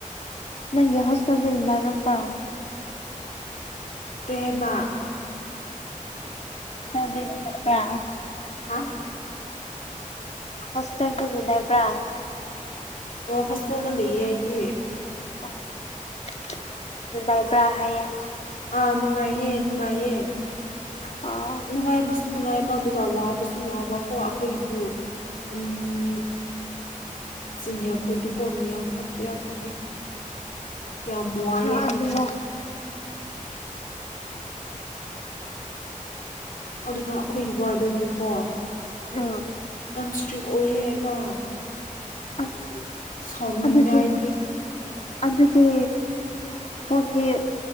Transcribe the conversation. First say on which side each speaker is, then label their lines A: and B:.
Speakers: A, on the left (about 50°); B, on the left (about 80°).
A: ꯅꯪ ꯍꯣꯁꯇꯦꯜꯗ ꯅꯨꯡꯉꯥꯏꯄꯔ
B: ꯀꯔꯤ ꯍꯥꯏꯕ
A: ꯑꯗꯤ ꯀꯥ
B: ꯑꯥ
A: ꯍꯣꯁꯇꯦꯜꯗꯤ ꯑꯗꯨ ꯅꯩꯕ꯭ꯔꯥ
B: ꯑꯣ ꯍꯣꯁꯇꯦꯜꯗ ꯂꯩꯌꯦ ꯑꯩꯗꯤ
A: ꯑꯣ ꯂꯩꯕ꯭ꯔꯥ ꯍꯥꯏꯌꯦ
B: ꯑꯥ ꯅꯨꯡꯉꯥꯏꯌꯦ ꯅꯨꯡꯉꯥꯏꯌꯦ
A: ꯑꯣ
B: ꯅꯨꯡꯉꯥꯏꯕꯁꯨ ꯅꯨꯡꯉꯥꯏꯕ ꯑꯗꯨꯒ ꯋꯥꯕꯁꯨ ꯋꯥꯕꯀꯣ ꯑꯈꯣꯏꯒꯤꯗꯨ ꯎꯝ ꯆꯤꯅꯤꯌꯈꯣꯏꯗꯨ ꯀꯣ ꯃꯤ ꯌꯥꯝ ꯐꯠꯇꯦ ꯑꯗꯨꯒꯤ ꯌꯥꯝ ꯋꯥꯏꯑꯦ
A: ꯍ ꯑꯗꯨꯋꯥ
B: ꯑꯗꯨꯒ ꯑꯩꯈꯣꯏꯒꯤ ꯋꯥꯋꯔꯗꯟꯗꯨꯀꯣ
A: ꯎꯝ
B: ꯌꯥꯝ ꯁꯇ꯭ꯔꯤ ꯑꯣꯏꯌꯦ ꯍꯥꯏꯕ
A: ꯑꯁ
B: ꯁꯥꯎꯅꯤꯡꯉꯦ
A: ꯑꯗꯨꯗꯤ
B: ꯑꯩꯗꯤ
A: ꯑꯗꯨꯗꯤ ꯐꯣꯟꯗꯤ